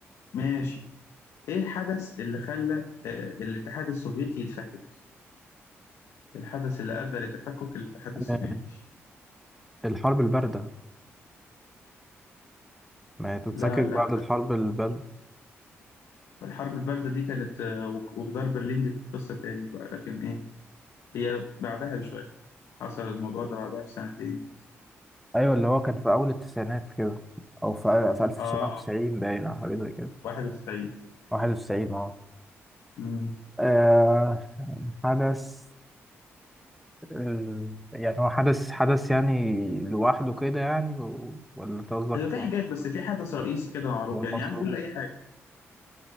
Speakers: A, on the left; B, in the centre.
A: ماشي إيه الحدث اللي خلى أه الاتحاد السوفيتي يتفكك؟ الحدث اللي أدى لتفكك الاتحاد السوفيتي
B: آه، الحرب الباردة ما هي تتفكك
A: لا لا
B: بعد الحرب
A: لا
B: الباردة
A: الحرب الباردة دي كانت آه، وج- وجدار برلين دي كانت قصة تاني بقى لكن إيه هي بعدها بشوية حصل الموضوع ده بعدها بسنتين كده
B: ايوه اللي هو كان في اول التسعينات كده او في في 1990
A: آه
B: باين او حاجة زي كده
A: 91
B: 91 اه
A: مم.
B: آه، حدث آه، يعني هو حدث حدث يعني لوحده كده يعني و- ولا أنت قصدك
A: هي في حاجات بس في حدث رئيسي كده معروف
B: ولا
A: يعني
B: قصدك-
A: يا عم قول لي أي حاجة